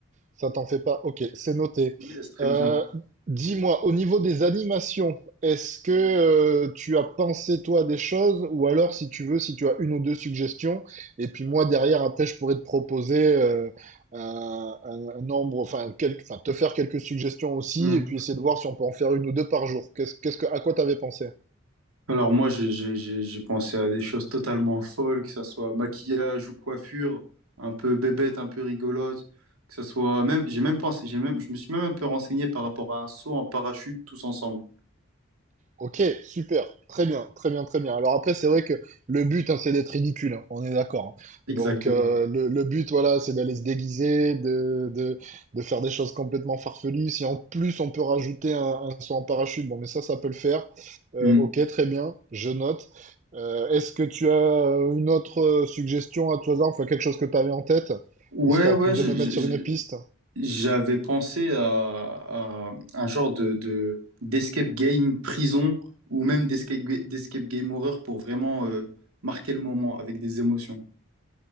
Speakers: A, on the right (about 35°); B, on the right (about 85°).
A: Ça t'en fait pas? Ok, c'est noté.
B: Yes, très
A: Euh,
B: bien.
A: dis-moi, au niveau des animations, est-ce que euh, tu as pensé toi des choses, ou alors si tu veux, si tu as une ou deux suggestions, et puis moi derrière après je pourrais te proposer euh, un, un nombre, enfin, quel- enfin, te faire quelques suggestions aussi,
B: Hmm.
A: et puis essayer de voir si on peut en faire une ou deux par jour. Qu'est-ce, qu'est-ce que, à quoi t'avais pensé?
B: Alors moi, j'ai j'ai- j'ai- j'ai pensé à des choses totalement folles, que ça soit maquillage ou coiffure, un peu bébête, un peu rigolote, que ça soit même, j'ai même pensé, j'ai même, je me suis même un peu renseigné par rapport à un saut en parachute tous ensemble.
A: Ok, super, très bien, très bien, très bien. Alors après, c'est vrai que le but, hein, c'est d'être ridicule, hein, on est d'accord. hein.
B: Exactement.
A: Donc euh, le, le but, voilà, c'est d'aller se déguiser, de, de, de faire des choses complètement farfelues. Si en plus on peut rajouter un, un saut en parachute, bon, mais ça, ça peut le faire. Euh,
B: Hmm.
A: ok, très bien, je note. Euh, est-ce que tu as une autre euh, suggestion à tout hasard, enfin quelque chose que tu avais en tête,
B: Ouais,
A: histoire
B: ouais,
A: de
B: j'ai
A: me mettre sur
B: j'ai-
A: une piste?
B: J'avais pensé à, à un genre de, de- d'escape game prison ou même d'escape, ga- d'escape game horreur pour vraiment euh, marquer le moment avec des émotions.